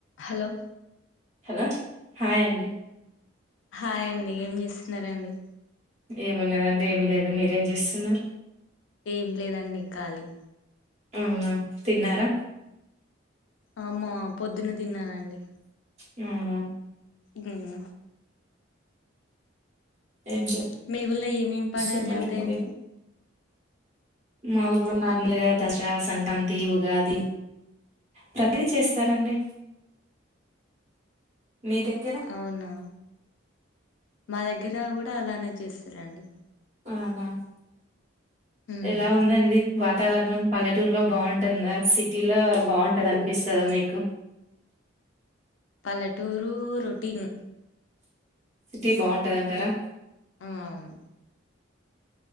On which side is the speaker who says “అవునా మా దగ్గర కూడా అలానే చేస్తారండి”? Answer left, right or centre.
Left